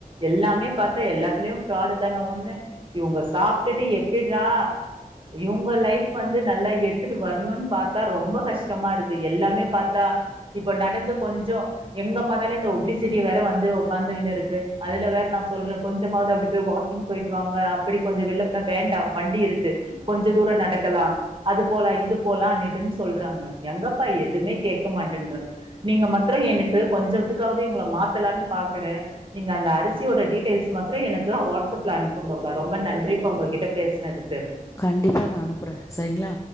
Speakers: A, on the right (about 35°); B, on the left (about 20°).
A: எல்லாமே பாத்தா எல்லாத்திலியு ஃப்ராடு தான ஒன்னு இவுங்க சாப்ட்டுட்டு எப்பிட்ரா இவங்க லைஃப் வந்து நல்லா எடுத்துட்டு வரணும்ன்னனு பார்த்தா ரொம்ப கஷ்டமா இருக்கு எல்லாமே பார்த்தா இப்ப நடந்து கொஞ்சம் எங்க பார்த்தாலும் இந்த ஒப்ளிசிட்டி வேற வந்து உ்காந்துன்னு இருக்கு அதுல வேற நான் சொல்றேன் கொஞ்சமாவது அப்படி போய் வாக்கிங் போயிட்டு வாங்க அப்படி கொஞ்சம் வெளிலனா வேண்டாம் வண்டி இருக்கு கொஞ்ச தூரம் நடக்கலாம் அது போலாம் இது போலாம் அட்டுன்னு சொல்றாங்க எங்கப்பா எதுவுமே கேட்க மாட்டேன்றன் நீங்க மாத்தம் எனக்கு கொஞ்சத்துக்காவது உங்களை மாத்தலாம்னு பாக்குற நீங்க அந்த அரிசியோட டீட்டெயில்ஸ்ம் எனக்கு வாட்ஸ்ப்லனு உங்கப்பா ரொம்ப நன்றிப்பா உங்ககிட்ட பேசுினதுக்கு
B: கண்டிப்பா நான் அனுப்புறேன் சரிங்களா